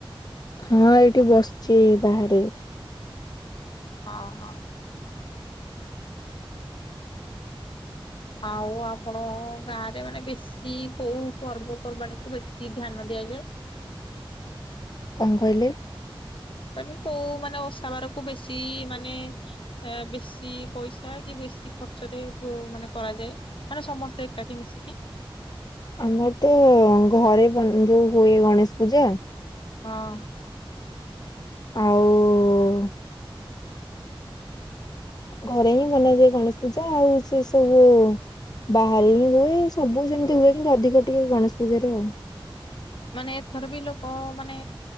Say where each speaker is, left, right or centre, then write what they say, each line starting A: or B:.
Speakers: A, on the left; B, on the left.
A: ହଁ ଏଇଠି ବସିଛି ବାହାରେ।
B: ହଁ ହଁ। ଆଉ ଆପଣ ଗାଁ ରେ ମାନେ ବେଶୀ ଶୀ କୋଉ ପର୍ବପର୍ବାଣୀ କୁ ବେଶୀ ଧ୍ୟାନ ଦିଆଯାଏ?
A: କଣ କହିଲେ?
B: କହିନି କୋଉ ମାନେ ଓସା ବାରକୁ ବେଶୀ ମାନେ ଏ ବେଶୀ ପଇସା କି ବେଶୀ ଖର୍ଚ୍ଚ ରେ କୋମାନେ କରାଯାଏ। ମାନେ ସମସ୍ତେ ଏକାଠି ମିଶିକି
A: ଆମର ତ ଘରେ ବ ଯୋଉ ହୁଏ ଗଣେଶ ପୂଜା।
B: ହଁ।
A: ଆଉ ଘରେ ହିଁ ବନାଯାଏ ଗଣେଶ ପୂଜା ଆଉ ସେ ସବୁ ବାହାରେ ହିଁ ହୁଏ ସବୁ ସେମିତି ହୁଏ କିନ୍ତୁ ଅଧିକ ଟିକେ ଗଣେଶ ପୂଜାରେ ଆଉ।
B: ମାନେ ଏଥର ବି ଲୋକ ମାନେ